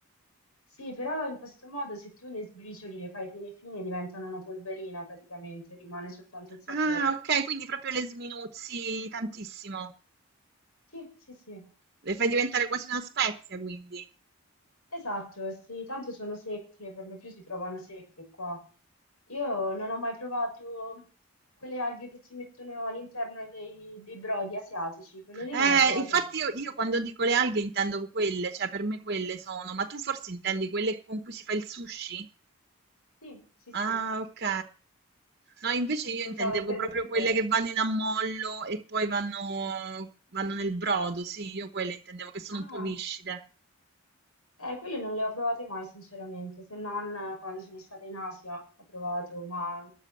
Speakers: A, on the left (about 80°); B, on the right (about 45°).
A: Sì, però in questo modo se tu le sbricioli, le fai fine fine, diventano una polverina praticamente, rimane soltanto il sapore.
B: Ah, ok, quindi proprio le sminuzzi tantissimo.
A: Sì, sì, sì,
B: Le fai diventare quasi una spezia, quindi.
A: esatto, sì, tanto sono secche, per lo più si trovano secche qua. Io non ho mai provato quelle alghe che si mettono all'interno dei, dei brodi asiatici, quelle lì
B: Eh,
A: non le ho provate
B: infatti
A: mai, sono
B: io, io
A: sincera.
B: quando dico le alghe intendo quelle, cioè per me quelle sono, ma tu forse intendi quelle con cui si fa il sushi?
A: Sì, sì, sì,
B: Ah, ok. No, invece io
A: pensavo
B: intendevo
A: intendessi
B: proprio quelle
A: quelle.
B: che vanno in ammollo e poi vanno, vanno nel brodo, sì, io quelle intendevo che sono
A: Ah.
B: un po' viscide.
A: Eh, quelle non le ho provate mai, sinceramente, se non eh, quando sono stata in Asia ho provato, ma